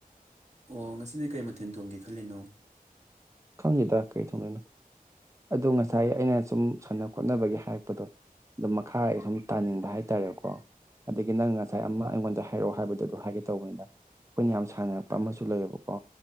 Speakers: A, on the right; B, on the right.
A: ꯑꯣ ꯉꯁꯤꯗꯤ ꯀꯩ ꯃꯊꯦꯜ ꯊꯣꯡꯒꯦ ꯈꯜꯂꯤꯅꯣ
B: ꯈꯪꯗꯦꯗ ꯀꯩ ꯊꯣꯡꯗꯣꯏꯅꯣ ꯑꯗꯣ ꯉꯁꯥꯏ ꯑꯩꯅ ꯁꯨꯝ ꯁꯥꯟꯅ ꯈꯣꯠꯅꯕꯒꯤ ꯍꯥꯏꯔꯛꯄꯗꯣ ꯑꯗꯥ ꯃꯈꯥ ꯑꯩ ꯁꯨꯝ ꯇꯥꯅꯤꯡꯕ ꯍꯥꯏꯇꯔꯦꯀꯣ ꯑꯗꯥꯒꯤ ꯅꯪ ꯉꯁꯥꯏ ꯑꯃ ꯑꯩꯉꯣꯟꯗ ꯍꯥꯏꯔꯛꯑꯣ ꯍꯥꯏꯕꯗꯣ ꯑꯗꯨ ꯍꯥꯏꯒꯦ ꯇꯧꯕꯅꯤꯗ ꯑꯩꯈꯣꯏꯅ ꯌꯥꯝ ꯁꯥꯟꯅꯔꯛꯄ ꯑꯃꯁꯨ ꯂꯩꯌꯦꯕꯀꯣ